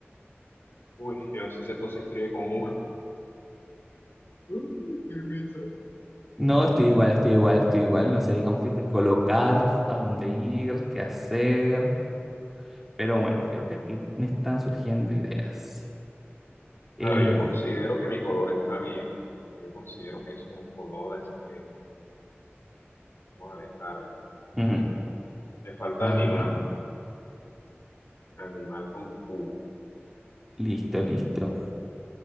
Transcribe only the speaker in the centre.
No, estoy igual, estoy igual, estoy igual. No sé, digamos que qué colocar, a dónde ir, qué hacer. Pero bueno, creo que aquí me están surgiendo ideas. Eh,
mm,
ajá,
listo,
listo,